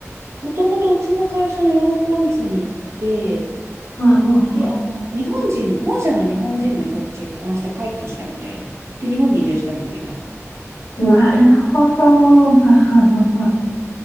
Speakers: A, on the right; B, on the left.
A: もともとうちの会社のヨーロッパオフィスに行って、
B: ああ
A: で、あの、日本人、本社の日本人の人と結婚して帰ってきたみたいな。で、日本に移住したみたいな。
B: あなるほど。はははは